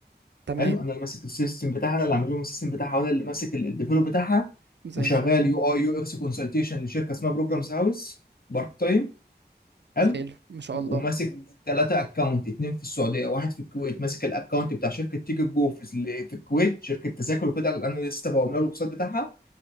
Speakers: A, on the right; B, on the left.
A: تمام
B: حلو انا اللي ماسك السيستم بتاعها انا اللي عامل لهم السيستم بتاعها وانا اللي ماسك الديفلوب بتاعها
A: زي
B: وشغال
A: الفل
B: يو اي يو اكس كونسلتيشن لشركه اسمها بروجرامز هاوس بارت تايم حلو
A: زي الفل ما شاء
B: وماسك
A: الله
B: ثلاثة اكونت اتنين في السعودية واحد في الكويت ماسك الاكونت بتاع شركة تيكت جو في اللي في الكويت شركة تذاكر وكده اللي انا لسه بعمل لها الويب سايت بتاعها